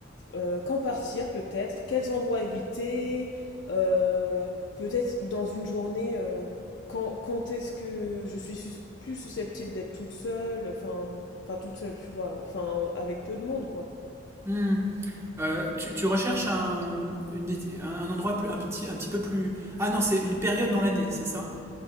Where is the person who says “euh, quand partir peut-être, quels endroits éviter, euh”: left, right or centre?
Left